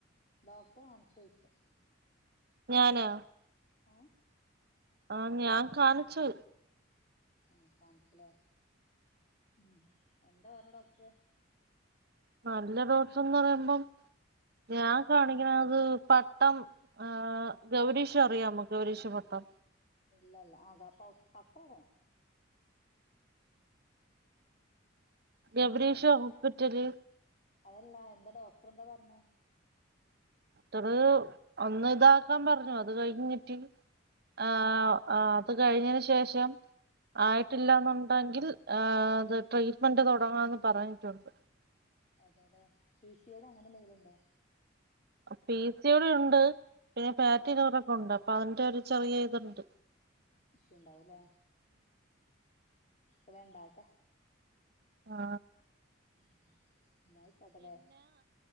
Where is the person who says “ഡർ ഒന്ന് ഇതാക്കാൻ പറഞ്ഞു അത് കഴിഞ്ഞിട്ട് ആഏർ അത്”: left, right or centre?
Right